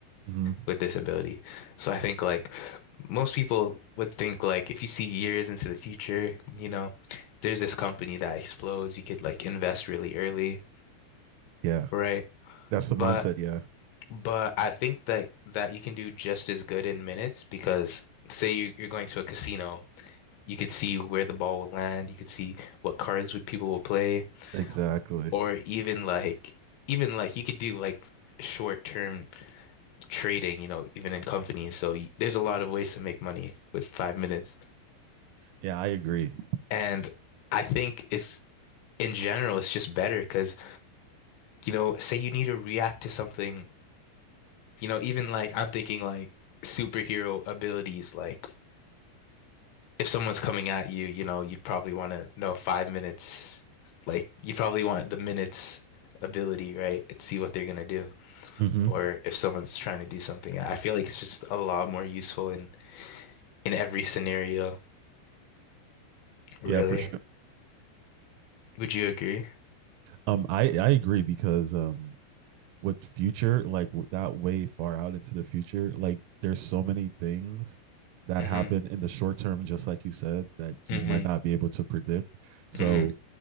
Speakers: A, on the right (about 85°); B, on the left (about 75°).
A: hmm
B: with disability. So I think like most people would think like if you see years into the future, you know, there's this company that explodes, you could like invest really early,
A: Yeah,
B: right?
A: that's
B: But
A: the mindset. Yeah,
B: but I think that that you can do just as good in minutes because say you you're going to a casino, you could see where the ball will land, you could see what cards would people will play,
A: exactly.
B: or even like even like you could do like short-term trading, you know, even in companies. So y- there's a lot of ways to make money with five minutes.
A: Yeah, I agree.
B: And I think it's in general, it's just better because, you know, say you need to react to something, you know, even like I'm thinking like superhero abilities, like if someone's coming at you, you know, you'd probably want to know five minutes, like you probably want the minutes ability, right? And see what they're gonna do.
A: hmm
B: Or if someone's trying to do something, I feel like it's just a lot more useful in in every scenario, really.
A: Yeah, for sure.
B: Would you agree?
A: Um, I I agree because um, with future like that way far out into the future like there's so many things that
B: hmm
A: happen in the short term just like you said that you
B: hmm
A: might not be able to predict so
B: hmm